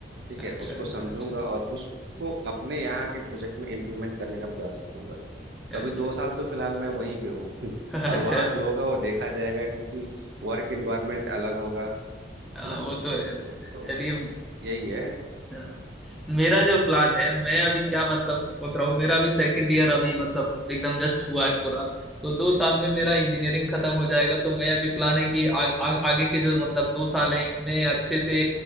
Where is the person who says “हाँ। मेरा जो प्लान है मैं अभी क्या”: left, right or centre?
Centre